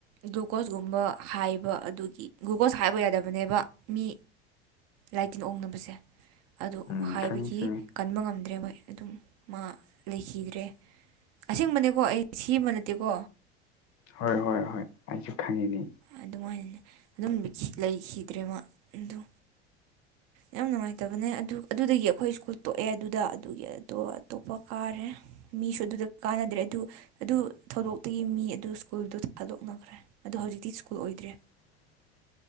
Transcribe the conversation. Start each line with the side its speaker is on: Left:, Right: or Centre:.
Right: ꯒ꯭ꯂꯨꯀꯣꯁꯒꯨꯝꯕ ꯍꯥꯏꯕ ꯑꯗꯨꯒꯤ ꯒ꯭ꯂꯨꯀꯣꯁ ꯍꯥꯏꯕ ꯌꯥꯗꯕꯅꯦꯕ ꯃꯤ ꯂꯥꯏ ꯇꯤꯟ ꯑꯣꯡꯅꯕꯁꯦ ꯑꯗꯨ
Left: ꯎꯝ
Right: ꯍꯥꯏꯕꯒꯤ
Left: ꯈꯪꯉꯤ ꯈꯪꯉꯤ
Right: ꯀꯟꯕ ꯉꯝꯗ꯭ꯔꯦ ꯃꯣꯏ ꯑꯗꯨꯝ ꯃꯥ ꯂꯩꯈꯤꯗ꯭ꯔꯦ ꯑꯁꯦꯡꯕꯅꯦꯀꯣ ꯑꯩ ꯁꯤ ꯑꯃ ꯅꯠꯇꯦꯀꯣ
Left: ꯍꯣꯏ ꯍꯣꯏ ꯍꯣꯏ ꯑꯩꯁꯨ ꯈꯪꯉꯤꯅꯤ
Right: ꯑꯗꯨꯃꯥꯏꯅꯅꯦ ꯑꯗꯨꯝ ꯂꯩꯈꯤꯗ꯭ꯔꯦꯕ ꯑꯗꯨ ꯌꯥꯝ ꯅꯨꯡꯉꯥꯏꯇꯕꯅꯦ ꯑꯗꯨ ꯑꯗꯨꯗꯒꯤ ꯑꯩꯈꯣꯏ ꯁ꯭ꯀꯨꯜ ꯇꯣꯛꯑꯦ ꯑꯗꯨꯗ ꯑꯗꯨꯒꯤ ꯑꯗꯣ ꯑꯇꯣꯞꯄ ꯀꯥꯔꯦ ꯃꯤꯁꯨ ꯑꯗꯨꯗ ꯀꯥꯟꯅꯗ꯭ꯔꯦ ꯑꯗꯨ ꯑꯗꯨ ꯊꯧꯗꯣꯛꯇꯒꯤ ꯃꯤ ꯑꯗꯨ ꯁ꯭ꯀꯨꯜꯗꯨ ꯊꯥꯗꯣꯛꯅꯈ꯭ꯔꯦ ꯑꯗꯣ ꯍꯧꯖꯤꯛꯇꯤ ꯁ꯭ꯀꯨꯜ ꯑꯣꯏꯗ꯭ꯔꯦ
Left: <inaudible>